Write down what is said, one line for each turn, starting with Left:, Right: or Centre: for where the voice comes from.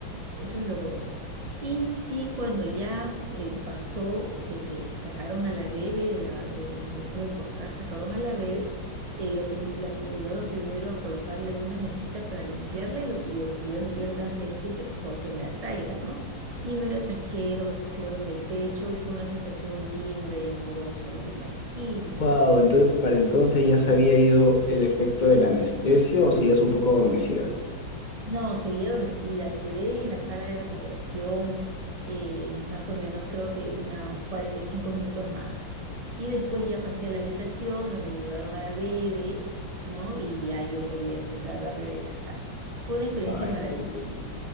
Right: Eso es lo bueno. Y sí, cuando ya eh, pasó, eh, que, que sacaron a la bebé, de la, de- después de cortar, sacaron a la bebé eh, lo prim- la, la llevaron primero a colocarla en una mesita para limpiarla y, lo, y yo, y yo, yo alcancé a decir que por favor que me la traigan, ¿no? Y me la trajeron, me pusieron en el pecho y fue una sensación linda y amorosa, no te imaginas.
Left: Wow, entonces para entonces ya se había ido el efecto de la anestesia o seguías un poco adormecida.
Right: No, seguía adormecida, me quedé en la sala de recuperación eh, más o menos creo que unos 45 minutos más. Y después ya pasé a la habitación donde me llevaron a la bebé, ¿no? Y ya yo podía empezar a darle de lactar. Fue una experiencia
Left: Ay,
Right: maravillosa.
Left: qué lindo.